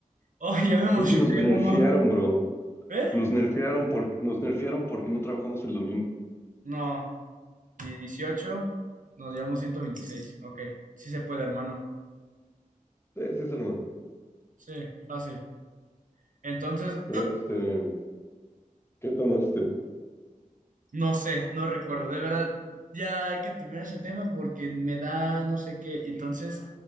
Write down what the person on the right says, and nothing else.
¡Ay! Ya me emocioné,
mamá.
¿Eh?
No. Y 18 nos llevamos ciento veintiséis Ok. Sí se puede, hermano.
Sí, fácil. Entonces,
No sé, no recuerdo. De verdad, ya hay que terminar ese tema porque me da no sé qué. Entonces